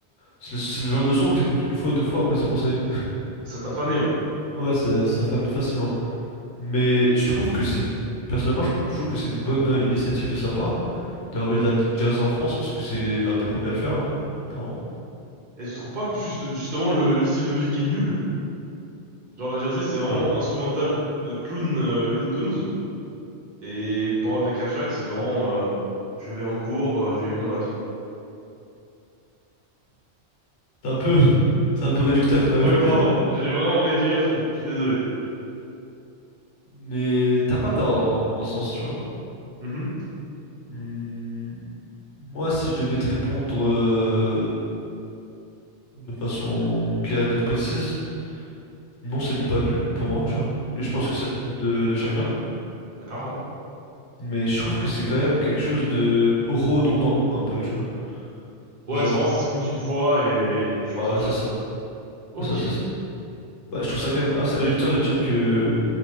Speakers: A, on the left; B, on the right.
A: c'est le, c'est le genre de son que t'écoutes une fois, deux fois, après c'est bon, ça y est.
B: Ça t'a fané, ouais.
A: Ouais, ça, ça fane facilement. Mais je trouve que c'est une... Personnellement, je, je trouve que c'est une bonne euh, initiative de sa part de ramener de la jazz en France parce que c'est l'un des premiers à le faire, hein, clairement.
B: Et tu trouves pas que juste, justement, le, le style de musique est nul? Genre, la Jersey, c'est vraiment
A: Ah,
B: instrumental de clown euh, Looney Tunes. Et paroles de Kershak, c'est vraiment euh, je vais en cours, euh, j'ai eu mon bac.
A: C'est un peu, <laughs> c'est un peu réducteur
B: <laughs>
A: quand
B: Ouais,
A: même.
B: pardon, j'ai vraiment réduit à fond, je suis désolé.
A: Mais t'as pas tort dans, dans un sens, tu vois.
B: Mhm.
A: Hmm, Moi, si je devais te répondre euh, de façon claire et nette précise, non, c'est nul pas nul pour moi, tu vois. Et
B: D'accord,
A: je pense que ça dépend de, de chacun.
B: d'accord, ouais.
A: Mais je trouve que c'est quand même quelque chose de redondant, un peu, tu vois.
B: Ouais,
A: Genre,
B: c'est vraiment, ça s'écoute une fois et, et tu passes
A: voilà,
B: à autre chose.
A: c'est ça.
B: Ok.
A: C'est ça, c'est
B: Et-
A: ça. Bah, je trouve ça quand même assez réducteur de dire que,